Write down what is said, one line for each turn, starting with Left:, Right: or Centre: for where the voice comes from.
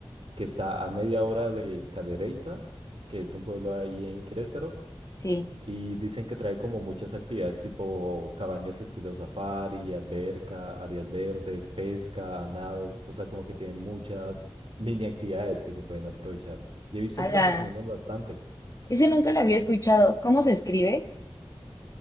Right: que está a media hora de Cadereyta, que es un pueblo ahí en Querétaro,
Left: sí,
Right: y dicen que trae como muchas actividades tipo cabañas estilo safari, alberca, áreas verdes, pesca, nado, o sea, como que tiene muchas mini actividades que se pueden aprovechar. Y he visto
Left: ala,
Right: que las recomiendan bastante,
Left: ese nunca lo había escuchado. ¿Cómo se escribe?